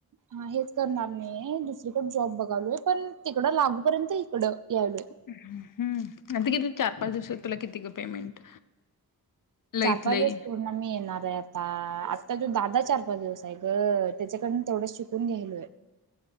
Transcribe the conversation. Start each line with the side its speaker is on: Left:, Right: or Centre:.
Right: हा हेच करणार नाही. दुसरीकड जॉब बघालोय पण तिकडं लागूपर्यंत इकडं यायलोय
Left: हम्म. आता किती? चार, पाच दिवसात तुला किती ग पेमेंट? लईत
Right: चार, पाच
Left: लई
Right: वेळेस पूर्ण मी येणार. पॅप आत्ता, आता तो दादा चार, पाच दिवस नाही गं त्याच्याकडून तेवढंच शिकून घ्यायलोय.